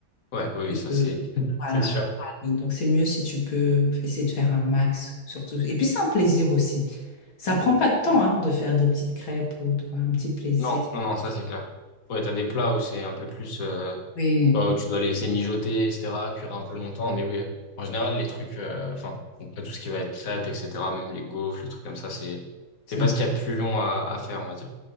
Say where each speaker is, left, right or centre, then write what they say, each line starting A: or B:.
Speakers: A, on the left; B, on the left.
A: ouais, Ouais, oui, ça
B: euh,
A: c'est, <laughs>
B: voilà.
A: c'est sûr.
B: Donc, c'est mieux si tu peux essayer de faire un max, surtout. Et puis, c'est un plaisir aussi. Ça prend pas de temps hein, de faire des petites crêpes ou autre, quoi, un petit plaisir.
A: Non, non, non, ça c'est clair. Ouais, t'as des plats où c'est un peu plus, euh, tu
B: Oui,
A: vois, où tu dois laisser mijoter, etc., cuire un peu longtemps. Mais oui, euh, en général, les trucs, euh, enfin, après tout ce qui va être crêpes, etc., même les gaufres, les trucs comme ça, c'est,
B: c'est
A: c'est pas
B: vrai.
A: ce qu'il y a de plus long à, à faire, on va dire.